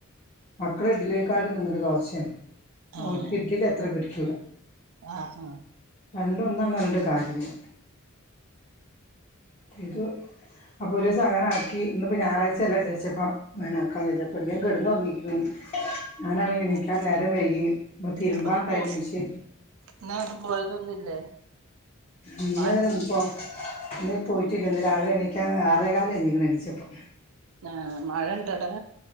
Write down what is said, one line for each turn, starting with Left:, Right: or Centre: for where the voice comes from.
Left: മക്കള് ഇഡലിയെക്കാളും തിന്നത് ദോശയാണ്.
Right: ആഹ്
Left: ഓരുക്ക് ഇഡലി അത്ര പിടി ക്കൂല
Right: ആഹ് ആഹ്
Left: രണ്ടൊന്നാണ് അറിഞ്ഞി കാര്യല്ല ഇത് അപ്പൊ ഒരൂസം അങ്ങന ആക്കി ഇന്നിപ്പോ ഞായറാഴ്ചയല്ലെ വിചാരിച്ചപ്പോ അങ്ങന ആക്കാം വിചാരിച്ചപ്പൊ എല്ലാം കെടന്ന് ഉറങ്ങിക്ക്‌ണ് ഞാനാണെങ്കി നീക്കാൻ
Right: ആഹ്
Left: നേരം വൈകി ഇപ്പ തിരുമ്പാണ്ടായിരുന്നു
Right: അപ്പൊ ഇന്ന് പോ
Left: മിഷ്യൻ
Right: ഇന്ന് എങ്ങട്ടും പോയതൊന്നുല്ലേ
Left: ഇന്ന്
Right: മഴ
Left: ഇപ്പൊ ഇന്ന് പോയിട്ടില്ല ഇന്ന് രാവിലെ എണീക്കാൻ ആറേകാല് കയിഞ്ഞ് ക്ക്‌ണ് എണിച്ചപ്പം
Right: ആ മഴ ഉണ്ടോ ടാ